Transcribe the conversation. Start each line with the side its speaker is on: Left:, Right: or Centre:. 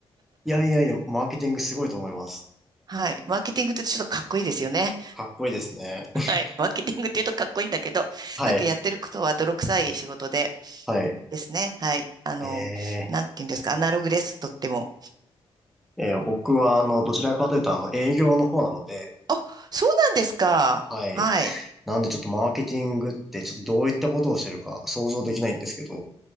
Centre: いやいやいや、マーケティングすごいと思います。
Right: はい。マーケティングってちょっとかっこいいですよね。
Centre: かっこいいですね。<laughs>
Right: はい。マーケティングって言うとかっこいいんだけど、
Centre: はい、
Right: なんかやってることは泥臭い仕事で
Centre: はい。
Right: ですね。はい。あの、
Centre: ええ
Right: なんて言うんですか。アナログです。とっても。
Centre: ー、いやいや僕はあの、どちらかというとあの、営業の方なので、
Right: あ、そうなんですか。
Centre: はい。
Right: はい。
Centre: なんでちょっとマーケティングってちょっとどういったことをしてるか想像できないんですけど。